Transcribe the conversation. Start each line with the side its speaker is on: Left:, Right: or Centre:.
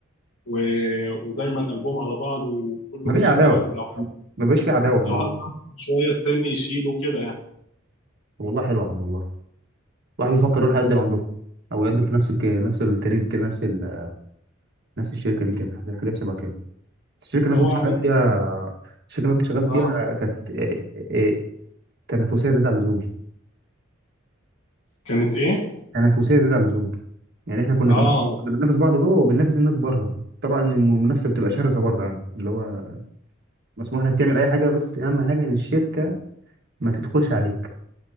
Left: و... ودايما قلبهم على بعض وكله
Right: مفيش
Left: بيشتغل
Right: عداوه
Left: ولو حد
Right: مبقاش في عداوه في
Left: لو
Right: الموضوع
Left: حد عنده شويه التاني يشيله كده يعني
Right: طب والله حلو يا عم والله واحد بيفكر يروح يقدم عندكم او يقدم في نفس الك... نفس الكارير كده نفس ال... نفس الشركه دي كده حاجات شبه كده الشركه اللي
Left: هو
Right: انا كنت
Left: عموما
Right: شغال فيها الشركه اللي انا كنت شغال
Left: اه
Right: فيها كانت آه، آه، آه، تنافسيه زياده عن اللزوم
Left: كانت ايه؟
Right: تنافسيه زياده عن اللزوم يعني احنا كنا
Left: اه
Right: بننافس كنا بننافس بعض جوه وبننافس الناس بره طبعا المنافسه بتبقى شرسه بره يعني اللي هو مسموح لك تعمل اي حاجه بس اهم حاجه ان الشركه ما تدخلش عليك